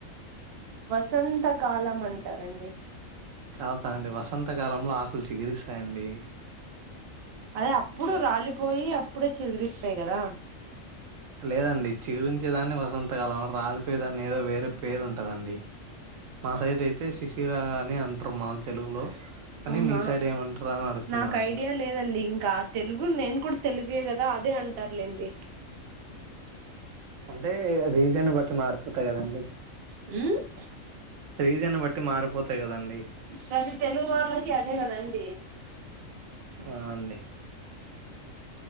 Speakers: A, on the right; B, on the right.
A: వసంత కాలం అంటారండి
B: కాదు కాదండి వసంతకాలంలో ఆకులు చిగిరిస్తాయండి
A: అదే అప్పుడు రాలిపోయి అప్పుడే చిగురిస్తయి కదా
B: లేదండి చిగురించేదాన్ని వసంతకాలం రాలిపోయేదాన్ని ఏదో వేరే పేరు ఉంటదండి మా సైడ్ అయితే శిశిరా అని అంటారు మాకు తెలుగులో కానీ
A: అవునా
B: మీ సైడ్ ఏమంటారు అని అడుగుతున్నానండి
A: నాకు ఐడియా లేదండి ఇంకా తెలుగు నేను కూడా తెలుగే కదా అదే అంటారులేండి
B: అంటే రీజన్ ని బట్టి మారిపోతాయి కదండి
A: ఉమ్
B: రీజన్ ని బట్టి మారిపోతయి కదండి
A: ప్రతి తెలుగోళ్ళకి అదే కదండి
B: ఆ అండి